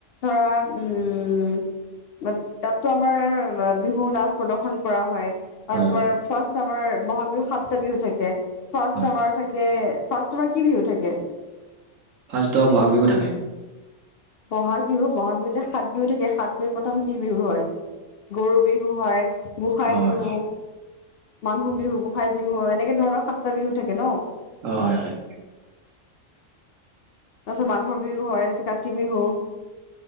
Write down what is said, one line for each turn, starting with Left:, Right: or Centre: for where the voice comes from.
Left: ধৰা উম তাতো আমাৰ বিহু নাচ প্ৰদৰ্শন কৰা হয়।
Right: হয়
Left: আৰু তোমাৰ
Right: হয়
Left: ফাৰ্ষ্ট আমাৰ বহাগ বিহু সাতটা বিহু থাকে ফাৰ্ষ্ট
Right: হয়
Left: আমাৰ থাকে। ফাৰ্ষ তোমাৰ কি বিহু থাকে
Right: ফাৰ্ষট বহাগ বিহুও থাকে
Left: বহাগ বিহু বহাগ বিহু যে সাত বিহু থাকে সাত বিহুৰ প্ৰথম কি বিহু হয় গৰু বিহু হয় গোসাই
Right: অ হয়
Left: বিহু মানুহ বিহু গোসাই বিহু এনেকে ধৰণৰ সাতটা বিহু থাকে ন
Right: অ হয় হয়
Left: তাৰ পিছত মাঘৰ বিহু হয় তাৰপিছত কাতি বিহু